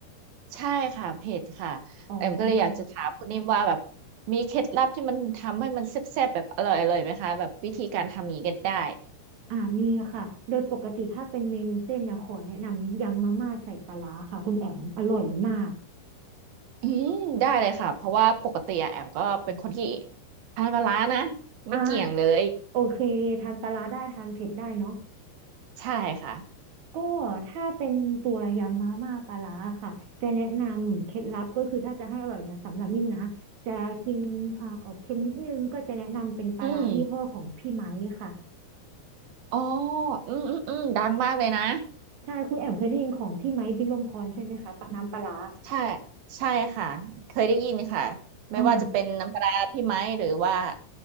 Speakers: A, on the right; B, on the right.
A: ใช่ค่ะเผ็ดค่ะแอมก็เลยอยากจะถามคุณนิ่มว่าแบบ
B: อ๋อ
A: มีเคล็ดลับที่มันทำให้มันแซ่บๆแบบอร่อยอร่อยไหมคะแบบวิธีการทำงนี้ก็ได้
B: อ่ามีค่ะโดยปกติถ้าเป็นเมนูเส้นนะขอแนะนำยำมาม่าใส่ปลาร้าค่ะคุณแอมอร่อยมาก
A: อืมได้เลยค่ะเพราะว่าปกติอะแอมก็เป็นคนที่ทานปลาร้านะ
B: อ่า
A: ไม่เกี่ยงเลย
B: โอเคทานปลาร้าได้ทานเผ็ดได้เนาะ
A: ใช่ค่ะ
B: ก็ถ้าเป็นตัวยำมาม่าปลาร้าค่ะจะแนะนำเคล็ดลับก็คือถ้าจะให้อร่อยเนี่ยสำหรับนิ่มนะจะกินอ่าออกเค็มนิดนึงก็จะแนะนำเป็นปลาร้ายี่ห้อของพี่ไม้ค่ะ
A: อืมอ๋ออืมอืมอืมดังมากเลยนะ
B: ใช่คุณแอมเคยได้ยินของพี่ไม้พิรมพรใช่ไหมคะปะน้ำปลาร้า
A: อืมใช่ใช่ค่ะเคยได้ยินค่ะไม่ว่าจะเป็นน้ำปลาร้าพี่ไม้หรือว่า
B: อ่า